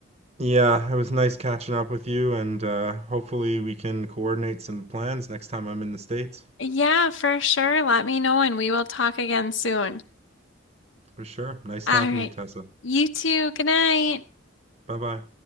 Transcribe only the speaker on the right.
Yeah, it was nice catching up with you, and uh, hopefully we can coordinate some plans next time I'm in the States.
For sure. Nice
talking
to you, Tessa.
Bye bye.